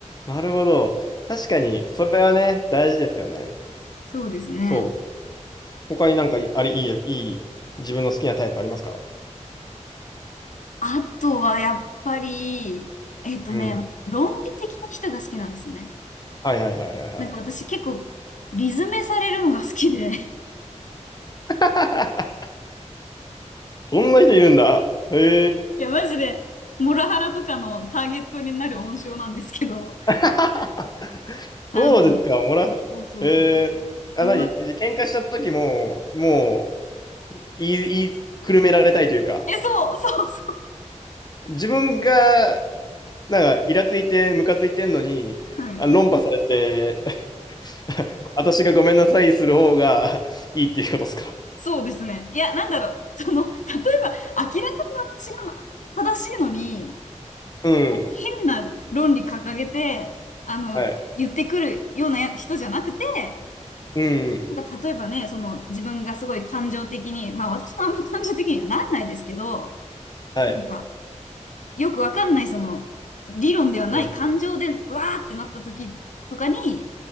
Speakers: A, on the left (about 35°); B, on the left (about 80°).
A: なるほど。確かに、それはね、大事ですよね。
B: そうですね。
A: そう。他になんかい、あれ、いい、いい、自分の好きなタイプありますか
B: あとはやっぱり、えっとね、
A: うん。
B: 論理的な人が好きなんですよね。
A: はいはいはいはいはい。
B: なんか私結構、リズめされるのが好きで。
A: <laughs> そんな人いるんだ。へえ、
B: いや、マジで、モラハラとかのターゲットになる温床なんですけど、
A: <laughs>
B: あの、
A: そうですか、モラハラ。
B: そうそうそう。
A: えー、
B: うんま、
A: あ、何喧嘩した時も、もう、言い、言いくるめられたいというか、
B: え、そう、そうそう。
A: 自分が、なんか、イラついて、ムカついてんのに、
B: はい。
A: あ、論破されて、<laughs> 私がごめんなさいする方が <laughs> いいっていうことですか。
B: そうですね。いや、なんだろう。その、例えば、明らかに私が正しいのに、
A: うん。
B: なんか変な論理掲げて、あの、
A: はい。
B: 言ってくるようなや人じゃなくて、
A: うん。
B: なんか例えばね、その、自分がすごい感情的に、まあ、私もあんま感情的にはなんないですけど、
A: はい。
B: なんか、よくわかんない、その、理論ではない感情で、
A: うん。
B: わーってなった時とかに、